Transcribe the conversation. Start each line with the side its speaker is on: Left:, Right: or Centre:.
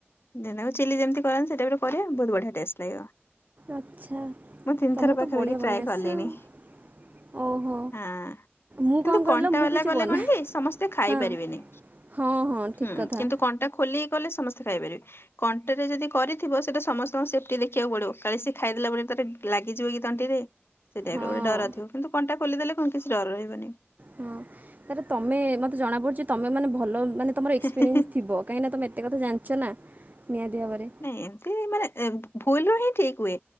Left: ସେନାକୁ ଚିଲି ଯେମିତି କରନ୍ତି ସେଇଟା ଉପୋରେ କରିବାରେ ବହୁତ ବଢ଼ିଆ ଟେଷ୍ଟ ଲାଗିବ।
Right: ଆଚ୍ଛା।
Left: ମୁଁ ତିନି
Right: ତମକୁ
Left: ଥର ପାଖାପାଖି
Right: ତ ବଢିଆ
Left: ଟ୍ରାଏ
Right: ବନେଇ ଆସେ
Left: କଲିଣି।
Right: ଆଉ ଓହୋ।
Left: ହଁ
Right: ମୁଁ
Left: କିନ୍ତୁ
Right: କଣ
Left: କଣ୍ଟା
Right: କହିଲ ମୁଁ
Left: ବାଲା
Right: କିଛି
Left: କଲେ
Right: ବନାହି
Left: କଣ କି ସମସ୍ତେ ଖାଇପାରିବେନି।
Right: ହଁ ହଁ ହଁ ଠିକ
Left: ହୁଁ
Right: କଥା।
Left: କିନ୍ତୁ କଣ୍ଟା ଖୋଲିକି କଲେ ସମସ୍ତେ ଖାଇପାରିବେ। କଣ୍ଟାରେ ଯଦି କରିଥିବ ସେଇଟା ସମସ୍ତଙ୍କୁ ସେଫ୍ଟି ଦେଖିବାକୁ ପଡିବ କାଳେ ସେ ଖାଇଦେଲା ପରେ ତାର ଲାଗିଯିବ କି ତଣ୍ଟି ରେ ସେଇ ଟାଇପର
Right: ହଁ
Left: ଗୋଟେ ଡରଥିବ କିନ୍ତୁ କଣ୍ଟା ଖୋଲିଦେଲେ କଣ କିଛି ଡର ରହିବନି।
Right: ହଁ ତାରେ ତମେ ମୋତେ ଜଣାପଡ଼ୁଛି ତୁମେ ମାନେ ଭଲ ମାନେ ତୁମର ଏକ୍ସପିରିଏନ୍ସ
Left: ରହିବନି।
Right: ଥିବ। କାହିଁକି ନା ତମେ ଏତେ କଥା ଜାଣିଛ ନା ନିହାତି ଭାବରେ।
Left: ନାଇଁ ଏମିତି ମାନେ ଭୁଲରୁୁ ହିଁ ଠିକ ହୁଏ।